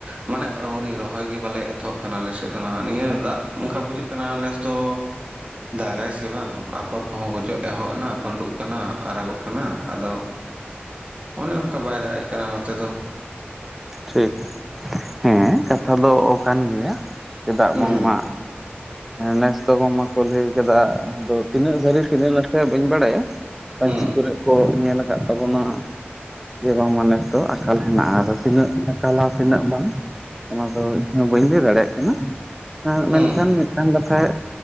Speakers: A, on the right (about 30°); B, in the centre.
A: ᱢᱟᱱᱮ ᱟᱹᱣᱨᱤ ᱨᱚ ᱦᱚᱭ ᱜᱮ ᱵᱟᱞᱮ ᱮᱛᱚᱦᱚᱵ ᱠᱟᱱᱟ ᱟᱞᱮ ᱥᱮᱜ ᱫᱚ ᱱᱟᱦᱟᱸᱜ ᱱᱤᱭᱟᱹ ᱫᱟᱜᱽ ᱚᱝᱠᱟ ᱵᱩᱡᱷᱟᱹᱜ ᱠᱟᱱᱟ ᱱᱮᱥ ᱫᱚ ᱫᱟᱜᱟᱭ ᱥᱮ ᱵᱟᱝ ᱟᱯᱷᱚᱨ ᱠᱚᱦᱚᱸ ᱜᱚᱡᱚᱜ ᱮᱦᱚᱵ ᱱᱟ ᱯᱟᱹᱰᱩᱜ ᱠᱟᱱᱟ ᱟᱨᱟᱜᱚᱜ ᱠᱟᱱᱟ ᱟᱫᱚ ᱚᱱᱮ ᱚᱱᱠᱟ ᱵᱟᱭ ᱫᱟᱜᱽ ᱮᱜ ᱠᱟᱱᱟ ᱱᱚᱛᱮ ᱫᱚ᱾
B: ᱴᱷᱤᱠ ᱦᱮᱸ ᱠᱟᱛᱷᱟ ᱫᱚ ᱚ ᱠᱟᱱ ᱜᱮᱭᱟ᱾ ᱪᱮᱫᱟᱜ
A: ᱦᱩᱸ
B: ᱵᱟᱝᱢᱟ ᱱᱮᱥ ᱫᱚ ᱵᱟᱝ ᱢᱟ ᱠᱚ ᱞᱟᱹᱭ ᱠᱟᱫᱟ ᱟᱫᱚ ᱛᱤᱱᱟᱹᱜ ᱥᱟᱹᱨᱤ ᱛᱤᱱᱟᱹᱜ ᱱᱟᱥᱮ ᱵᱟᱹᱧ ᱵᱟᱰᱟᱭᱟ ᱯᱟᱹᱧᱪᱤ
A: ᱦᱩᱸ
B: ᱠᱚᱨᱮᱜ ᱠᱚ ᱧᱮᱞ ᱠᱟᱫ ᱛᱟᱵᱚᱱᱟ ᱡᱮᱢᱚᱱ ᱢᱟᱱᱮ ᱛᱚ ᱟᱠᱟᱞ᱾ ᱦᱮᱱᱟᱜᱼᱟ ᱟᱫᱚ ᱛᱤᱱᱟᱹᱜ ᱟᱠᱟᱞᱟ ᱛᱤᱱᱟᱹᱜ ᱵᱟᱝ ᱚᱱᱟᱫᱚ ᱤᱧᱦᱚᱸ ᱵᱟᱹᱧ ᱞᱟᱹᱭ ᱫᱟᱲᱮᱭᱟᱜ ᱠᱟᱱᱟ᱾ ᱦᱮᱸ
A: ᱦᱩᱸ
B: ᱢᱮᱱᱠᱷᱟᱱ ᱢᱤᱜᱴᱟᱝ ᱠᱟᱛᱷᱟᱭ